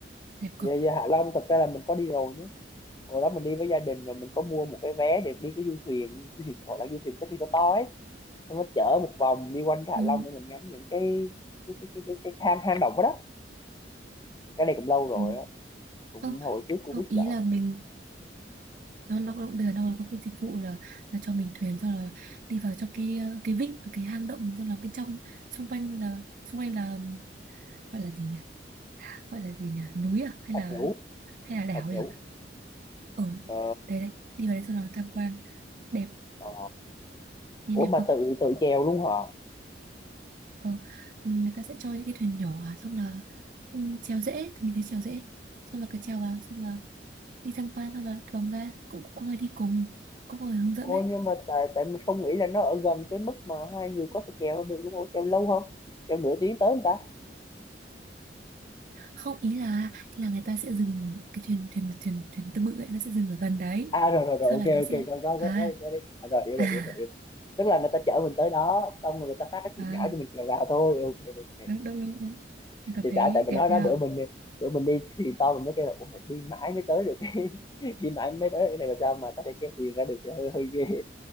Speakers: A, on the right; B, on the left.
A: đẹp
B: Dạ,
A: cực
B: dạ Hạ Long thật ra là mình có đi rồi nhé hồi đó mình đi với gia đình và mình có mua một cái vé để đi cái du thuyền du thuyền gọi là du thuyền cái thuyền to to ấy xong nó chở một vòng đi quanh cái
A: đúng,
B: Hạ Long để mình ngắm những cái cái cái cái cái, cái hang hang động đó, đó cái này cũng lâu rồi
A: đúng.
B: á cũng
A: không
B: hồi trước Covid
A: không ý
B: là
A: là mình nó nó cũng bây giờ nó có cái dịch vụ là là cho mình thuyền xong là đi vào trong cái ờ, cái vịnh cái hang động xong là bên trong xung quanh là xung quanh là gọi là gì nhỉ gọi là gì nhỉ núi à hay
B: Thạch
A: là
B: Nhũ
A: hay là đảo
B: Thạch Nhũ
A: nhỉ ở
B: ờ,
A: đây đây đi vào đấy xong là tham quan đẹp
B: ờ,
A: nhìn
B: ủa
A: đẹp
B: mà
A: cực
B: tự tự chèo luôn hả
A: ờ, người ta sẽ cho những cái thuyền nhỏ xong là ừ, chèo dễ thì mình thấy chèo dễ xong là cứ chèo vào xong là đi tham quan xong là vòng ra cũng có người đi cùng cũng có người hướng dẫn
B: ôi
A: đấy
B: nhưng mà tại tại mình không nghĩ là nó ở gần tới mức mà hai người có thể chèo nó được đúng không chèo lâu không chèo nửa tiếng tới không ta
A: không ý là ý là người ta sẽ dừng cái thuyền thuyền thuyền thuyền tư bự ấy nó sẽ dừng ở gần đấy
B: à rồi rồi rồi
A: sau
B: ok
A: là nó sẽ
B: ok có có
A: à
B: có có đi có đi à, rồi
A: <laughs>
B: hiểu
A: à,
B: rồi hiểu rồi hiểu rồi tức là người ta chở mình tới đó xong rồi người ta phát cái chuyện
A: à
B: nhỏ cho mình kèo vào thôi ok ok
A: đúng đúng đúng đúng mình cảm
B: thì
A: thấy
B: tại tại mình
A: đẹp
B: nói
A: nha
B: đó bữa mình đi bữa mình đi thì to mình mới kêu là ủa mày đi mãi mới tới được cái <laughs> đi mãi mới tới được cái này mà sao mà có thể chèo thuyền ra được thì hơi hơi ghê